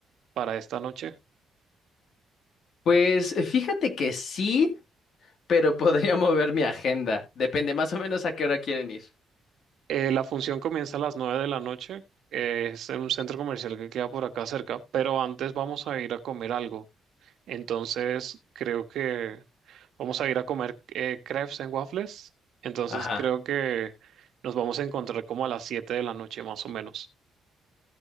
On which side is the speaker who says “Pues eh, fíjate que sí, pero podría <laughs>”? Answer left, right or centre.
Left